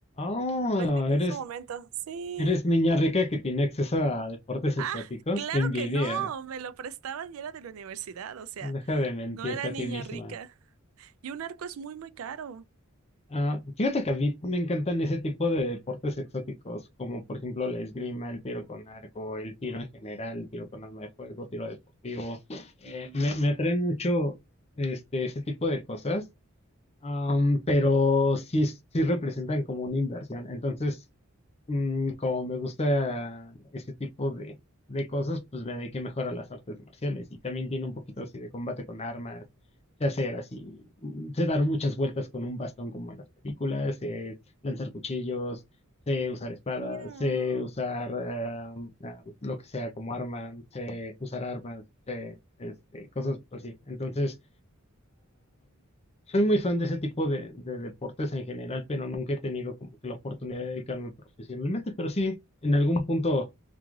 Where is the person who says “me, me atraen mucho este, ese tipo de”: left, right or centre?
Left